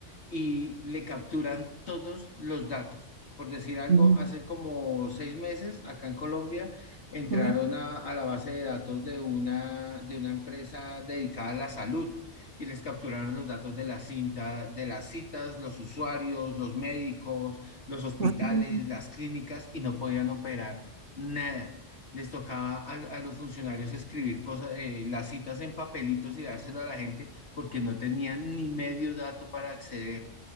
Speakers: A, on the left; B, on the right.
A: y le capturan todos los datos. Por decir algo,
B: Mm,
A: hace como seis meses acá en Colombia entraron
B: mm,
A: a, a la base de datos de una, de una empresa dedicada a la salud y les capturaron los datos de la cinta, de las citas, los usuarios, los médicos, los hospitales,
B: mm,
A: las clínicas y no podían operar nada. Les tocaba a, a los funcionarios escribir cosas, eh, las citas en papelitos y dárselo a la gente porque no tenían ni medio dato para acceder.